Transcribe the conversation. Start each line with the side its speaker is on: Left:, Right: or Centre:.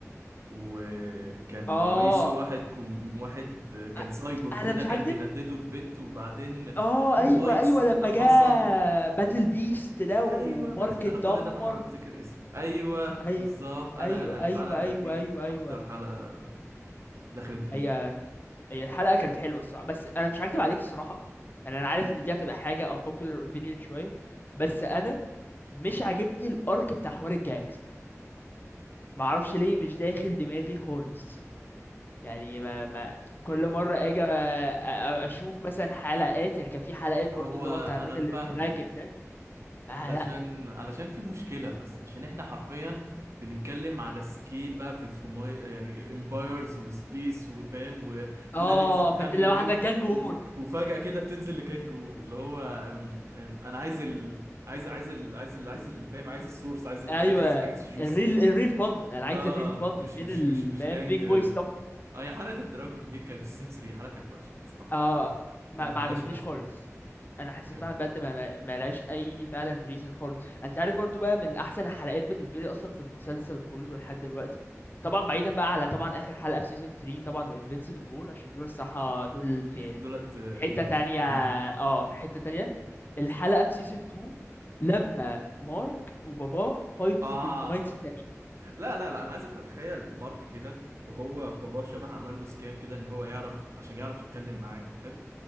Right: وكان
Left: اه
Right: رئيسه واحد كم واحد كان
Left: أ-
Right: سايبورغ
Left: انا
Right: كده
Left: مش
Right: كان
Left: هكدب
Right: بيهدده ببت وبعدين
Left: اه
Right: في
Left: ايوه
Right: فايت
Left: ايوه
Right: سين
Left: لما
Right: حصل
Left: جه باتل بيست ده ومارك
Right: ايوه باتل انا
Left: اتدمر
Right: كل ده بحاول افتكر اسمه ايوه بالظبط
Left: ايوه
Right: انا
Left: ايوه
Right: انا الحلقه
Left: ايوه ايوه
Right: دي
Left: ايوه ايوه
Right: اكتر حلقه دخلت دماغي
Left: هي هي الحلقه كانت حلوه الصراحه بس انا مش هكدب عليك الصراحه يعني انا عارف ان دي هتبقى حاجه unpopular opinion شويه بس انا مش عاجبني الارك بتاع حوار الجانجز ده ما اعرفش ليه مش داخل دماغي خالص يعني ما, ما كل
Right: م-
Left: مره اجي أ- أ-
Right: م-
Left: اشوف مثلا حلقات يعني كان في حلقات برضو
Right: هو
Left: اللي هو بتاع الراجل
Right: انا فاهمك
Left: الدراجون ده ما
Right: علشان
Left: لا
Right: علشان في مشكلة بس عشان احنا حرفيا بنتكلم على سكيل بقى بتروماي يعني امبايرز وسبيس وفاهم وبلانيتس
Left: اه
Right: بتعمل
Left: فانت لو
Right: انفيت
Left: عندك جانج وور
Right: و... وفجأة كده بتنزل لكانجور اللي هو أم... أم... انا عايز ال... عايز عايز ال... عايز ال... عايز ال... فاهم عايز السورس عايز ال...
Left: ايوه
Right: عايز الحاجات الجوسي
Left: الريل الريل فن انا عايز
Right: اه
Left: الريل فن
Right: مش
Left: فين
Right: مش
Left: ال
Right: مش مش
Left: فاهم
Right: جانج
Left: بيج
Right: اه
Left: بوي
Right: هي حلقة الدراجون دي كانت سيزون 3 حلقة كانت وحشة بصراحة
Left: اه
Right: حلقة
Left: ما,
Right: كانت
Left: ما عجبتنيش
Right: ملهاش لازمة
Left: خالص انا حسيت
Right: كان
Left: فعلا بجد ما ما- ما لهاش اي فعلا ريزن خالص انت عارف برضو بقى من احسن الحلقات بالنسبه لي اصلا في المسلسل كله لحد دلوقتي طبعا بعيدا بقى على طبعا اخر حلقه في سيزون 3 طبعا وانفينسيبل وور عشان دول الصراحه دول في
Right: دولت بيك
Left: حته تانية
Right: بيك
Left: اه في حته تانية الحلقه في سيزون 2 لما مارك وباباه فايتوا
Right: اه
Left: الفلترومايتس التانيين
Right: لا لا لا انا عايزك تتخيل مارك كده وهو باباه شبه عمل له سكام كده ان هو يعرف عشان يعرف يتكلم معاه حلو